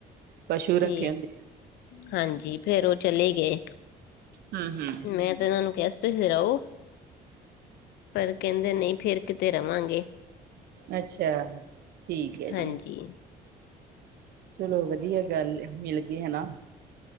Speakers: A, on the right (about 70°); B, on the left (about 75°).
A: ਪਸ਼ੂ ਰੱਖੇ
B: ਤੇ
A: ਹੁੰਦੇ
B: ਹਾਂਜੀ ਫੇਰ ਉਹ ਚਲੇ ਗਏ।
A: ਹੂੰ-ਹੂੰ-ਹੂੰ
B: ਮੈਂ ਤੇ ਇਹਨਾਂ ਨੂੰ ਕਿਹਾ ਤੁਸੀ ਰਹੋ ਪਰ ਕਹਿੰਦੇ ਨਹੀਂ ਫੇਰ ਕਿਤੇ ਰਵਾਂਗੇ
A: ਅੱਛਾ ਠੀਕ ਹੈ
B: ਹਾਂਜੀ
A: ਜੀ। ਚਲੋ ਵਧੀਆ ਗੱਲ ਏ ਮਿਲ ਗਏ ਹਨਾ।